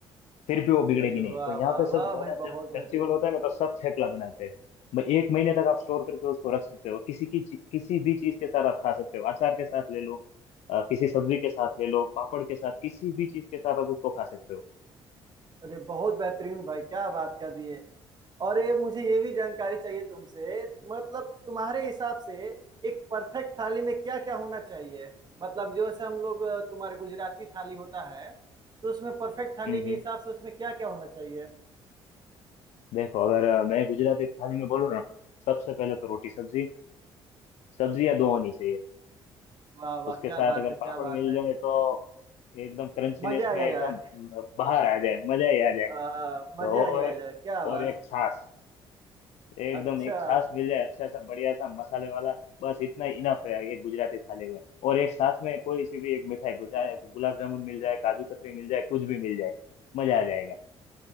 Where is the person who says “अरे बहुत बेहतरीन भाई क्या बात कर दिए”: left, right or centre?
Right